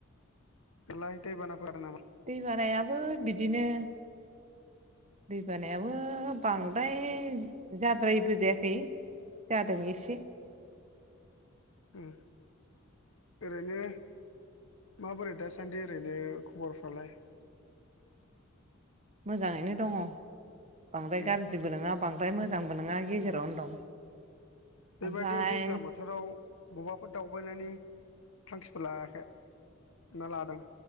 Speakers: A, on the left; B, on the right.
A: बेथिंलाय दैबाना फैदों नामा
B: दै बारायाबो बिदिनो दै बानायाबो बांद्राय जाद्रायैबो जायाखै जादों एसे
A: औ ओरैनो माबोरै दासानदि ओरैनो खबरफ्रालाय
B: <inaudible> मोजाङैनो दङ बांद्राय
A: उम
B: गाज्रिबो नङा बांद्राय मोजांबो नङा गेजेरावनो दं
A: बेबायदि
B: ओमफ्राय
A: दैज्लां बोथोराव बबेबाफोर दावबायनायनि थांखिफोर लायाखै ना लादों